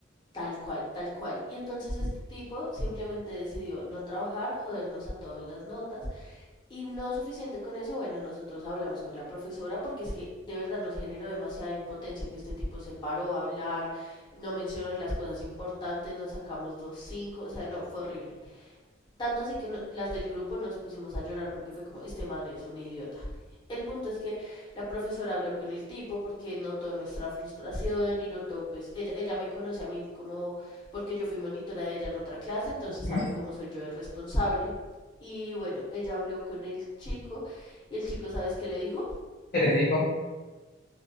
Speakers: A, on the left; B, on the left.
A: Tal cual, tal cual. Y entonces este tipo simplemente decidió no trabajar, jodernos a todas las notas Y no suficiente con eso, bueno, nosotros hablamos con la profesora porque es que de verdad nos generó demasiada impotencia que este tipo se paró a hablar, no mencionó las cosas importantes, nos sacamos dos cinco, o sea, no, fue horrible. Tanto así que no- las del grupo nos pusimos a llorar porque fue como, este man es un idiota. El punto es que la profesora habló con el tipo porque notó nuestra frustración y notó, pues, ella, ella me conoce a mí como, porque yo fui monitora de ella en otra clase, entonces
B: ¿Mm?
A: sabe cómo soy yo de responsable. Y bueno, ella habló con el chico y el chico, ¿sabes qué le dijo?
B: ¿Qué le dijo?